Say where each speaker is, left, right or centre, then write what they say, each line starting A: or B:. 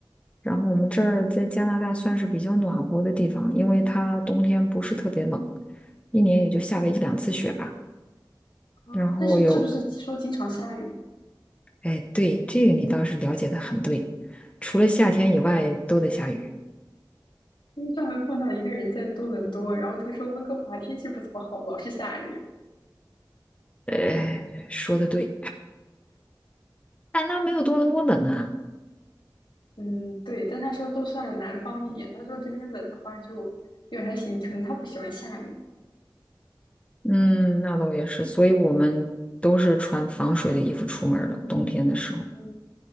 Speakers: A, on the left (about 15°); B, on the left (about 85°).
A: 然后我们这儿在加拿大算是比较暖和的地方，因为它冬天不是特别冷，一年也就下个一两次雪吧。
B: 啊。
A: 然后有
B: 但是是不是说经常下雨？
A: 哎，对，这个你倒是了解的很对，除了夏天以外都得下雨。
B: 因为上回碰到一个人在多伦多，然后他说温哥华天气不怎么好，老是下雨。
A: 哎，说的对，但它没有多伦多冷啊。
B: 嗯，对，但他说都算南方一点，他说这边冷的话就也还行，可能他不喜欢下雨。
A: 嗯，那倒也是，所以我们都是穿防水的衣服出门儿的，冬天的时候。
B: 嗯，